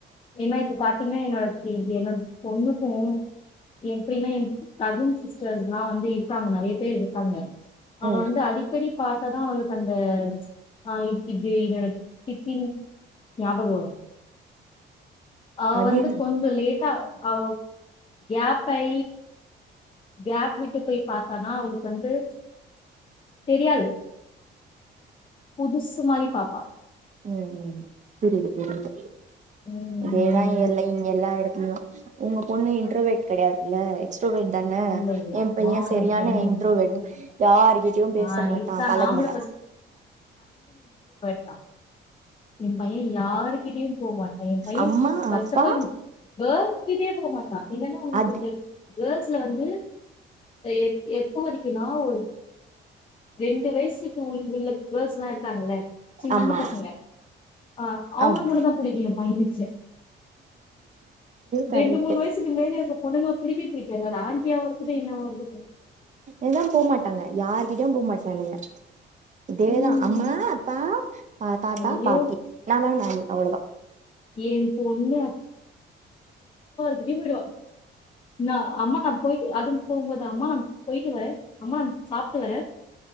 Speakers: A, on the left; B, on the right.
A: ஏனா இப்ப பாத் தின்னா என்னோட டீம் என்னோட பொண்ணு ம் எப்டின்னா எங் கசின்ஸ் சிஸ்டர்ஸ்லா வந்து இருக்காங்க நறைய பேர் இருக்காங்க அவ
B: ம்
A: வந்து அடிக்கடி பாக்கதா அவளுக்கு அந்த ஆ இப் இப்டி இத வச் சித்தின் ஞாபக வரூ அவ
B: அது
A: வந்து
B: என்
A: கொஞ்சோ லேட்டா அவப் கேப் கை கேப் விட்டு போய் பாத்தாதா அவுளுக்கு வந்து தெரியாது புதுசு மாரி பாப்பா
B: ம் ம் புரிது புரிது
A: ம்
B: அதேதா எல்லை இங்க எல்லா எடத்துலயு உங்க பொண்ணு இன்ட்ரவேட் கெடயாதுல்ல எக்ஸ் ட்ராவேட் தான
A: இல்ல இல்ல
B: எ
A: அம்மா
B: பைய சரியான
A: என் பொண்ணு
B: இன்ட்ரோவெட்
A: இன்ட்ரோவட்
B: யாரு கிட்டயு பேச
A: ஆ
B: மாட்டா
A: இருக்காங்க
B: பழக
A: ஆம்பள
B: மாட்டா
A: தா எம் பைய யாருகிட்டியு போ மாட்டா எ பைய
B: அம்மா
A: ஃபர்ஸ்ட்
B: அப்பா
A: அஃப் ஆல் கேர்ள்ஸ் கிட்டயே போ மாட்டா என்னன்னா அவுனுக்கிந்த
B: அது
A: கேர்ள்ஸ்ல வந்து எப் எப்ப வரிக்குனா ஒரு ரெண்டு வயிசு ஸ்கூல் உள்ள கேள்ஸ்ல்லா இருக்காங்கல்ல சின்ன
B: ஆமா
A: பசங்க ஆ அவுங்கள
B: ஆமா
A: மட்டுந்தா புடிக்கு ஏ பையனுக்கு
B: கரெக்ட்
A: ரெண்டு மூணு வயசுக்கு மேலேருக்க பொண்ணுங்கள பிடிக்கே பிடிக்காது அது ஆண்ட்டியாவு இருக்கட்டு என்னாவா இருக்கட்
B: எதா போமாட்டாங்க யாருகிட்டயு போ மாட்டாளுங்க இதேதா
A: உம்
B: அம்மா அப்பா ஆ தாத்தா
A: ஐயோ
B: பாட்டி நானா நானி அவ்வளதா
A: என் பொண்ணு முடியு போய்டுவா, நா அம்மா நா போயிட்டு அதுவும் போம்போது அம்மா போயிட்டு வரே அம்மா சாப்ட்டு வரே